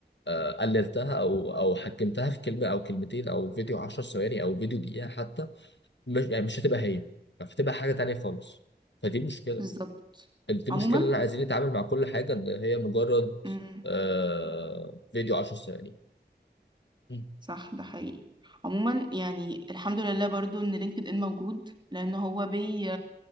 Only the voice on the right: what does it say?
بالظبط
عموما
امم
صح ده حقيقي عموما يعني الحمد لله برضو ان لينكد ان موجود لان هو بي